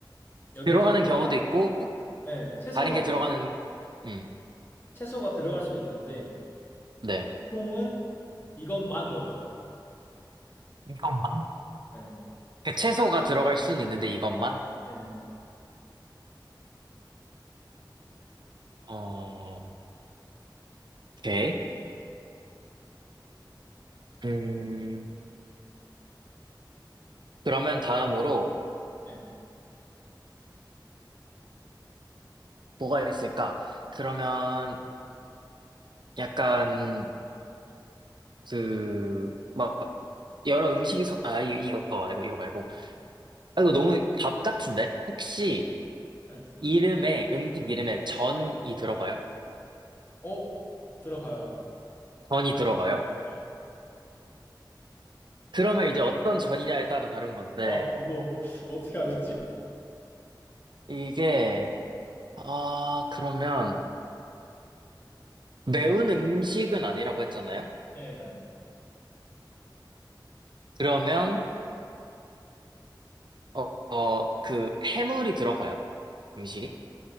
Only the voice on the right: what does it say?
들어가는
경우도 있고,
다른 게 들어가는, 음,
네.
이것만?
그 채소가 들어갈 수는 있는데, 이것만?
어, 오케이. 음, 그러면 다음으로,
뭐가 있을까? 그러면, 약간, 그, 막, 여러 음식이 섞, 아, 이- 이거 말고, 이거 말고. 아, 이거 너무 답 같은데? 혹시
이름에, 음식 이름에 전이 들어가요?
전이 들어가요?
그러면 이제 어떤 전이냐에 따라 다른 건데,
이게, 아, 그러면, 매운 음식은 아니라고 했잖아요?
그러면, 어, 어, 그, 해물이 들어가요? 음식이?